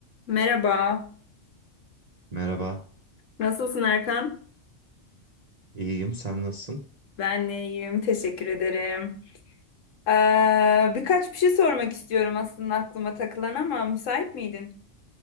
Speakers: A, on the left; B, on the right.
A: Merhaba,
B: Merhaba,
A: nasılsın Erkan?
B: iyiyim. Sen nasılsın?
A: Ben de iyiyim, teşekkür ederim. Ee, birkaç bir şey sormak istiyorum aslında aklıma takılan ama müsait miydin?